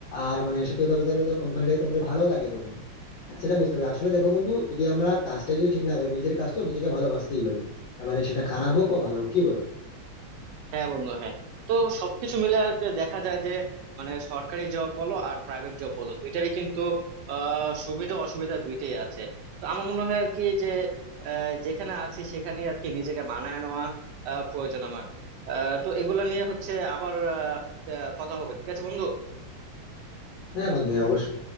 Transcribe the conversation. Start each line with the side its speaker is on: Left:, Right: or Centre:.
Left: আর মানে সত্যি কথা বলতে গেলে তো কোম্পানিটাকে তোমাদের ভালো লাগে তখন সেটা বুঝতে হবে আসলে দেখো বন্ধু যদি আমরা কাজটা যদি ঠিক না করি নিজের কাজ তো নিজেকে ভালোবাসতেই হবে এবারে সেটা খারাপ হোক বা ভালো হোক কি বলো
Right: হ্যাঁ বন্ধু হ্যাঁ তো সবকিছু মিলে আর কি দেখা যায় যে মানে সরকারি জব বলো আর প্রাইভেট জব বলো দুইটারই কিন্তু আহ, সুবিধা অসুবিধা দুইটাই আছে তো আমার মনে হয় আর কি যে আহ, যেখানে আছি সেখানে আর কি নিজেকে মানায় নেওয়া আহ, প্রয়োজন আমার আহ, তো এগুলা নিয়ে হচ্ছে আবার আহ, আহ, কথা হবে ঠিক আছে বন্ধু
Left: হ্যাঁ বন্ধু হ্যাঁ অবশ্যই